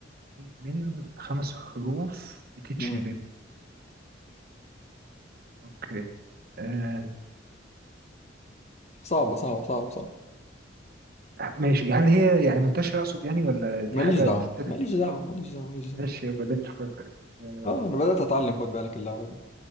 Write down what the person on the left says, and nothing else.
مم.
صعبة صعبة صعبة صعبة
ماليش
دعوة
ماليش دعوة ماليش دعوة ماليش دعوة
اه انا بدأت اتعلم خد بالك اللعبة دي